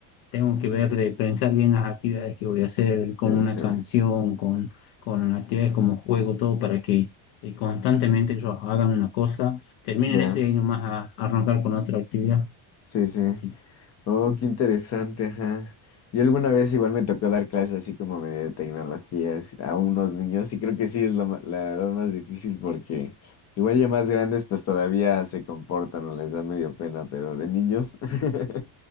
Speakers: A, on the left (about 75°); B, on the left (about 30°).
A: tengo que ver de pensar bien las actividades que voy a hacer
B: sí,
A: con una
B: sí.
A: canción, con, con actividades como juego, todo para que eh, constantemente ellos hagan una cosa, terminen
B: Ya,
A: eso y ahí nomás a, a arrancar con otra actividad.
B: sí, sí.
A: Así que,
B: Oh,
A: sí,
B: qué interesante, ajá. Yo alguna vez igual me tocó dar clases así como medio de tecnologías a unos niños y creo que sí es la, ma- la edad más difícil porque igual ya más grandes pues todavía se comportan o les da medio pena, pero de niños <laughs>